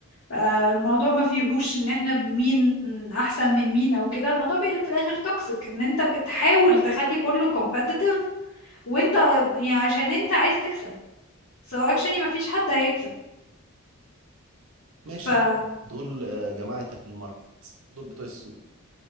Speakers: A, on the left; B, on the right.
A: آه، الموضوع ما فيهوش ان احنا مين احسن من مين او كده الموضوع بيبقى في الاخر توكسيك ان انت بتحاول تخلي كله كومبيتيتيف وانت يعني عشان انت عايز تكسب سو اكشني ما فيش حد هيكسب
B: ماشي
A: فبتوع
B: دول آه، جماعة الماركت دول بتوع السوق